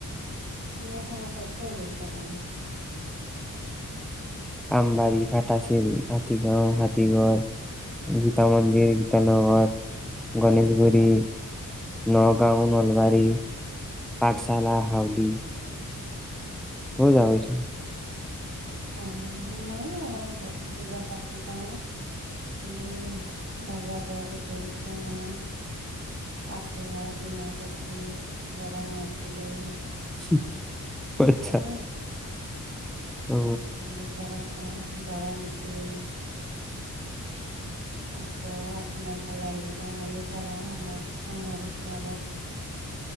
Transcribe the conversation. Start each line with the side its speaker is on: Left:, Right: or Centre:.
Right: ত চাব ক'ত কত গৈছি আপনি
Centre: আম বাৰী ভটাচ। হাতীগাঁও হাতীগ় গীতা মন্দিৰ গীতানগৰ গণেশগুৰি নগাঁও নলবাৰী। পাঠশালা হাৱ দি। হৈ যাব হৈছে
Right: আহ ময়ো পূজা চাপো যাও এ ৰাজাগড় দেওচুঙা আগতা ডিমাকুচি বৰঙা চুলি।
Centre: <unintelligible> আচ্ছা
Right: যাওঁ
Centre: অ
Right: বিলাক জাগা ধৰম চুলি। অ ক আপোনাৰফালে আহি। বাঙালীপাৰা অমৰ অমৰশ ন,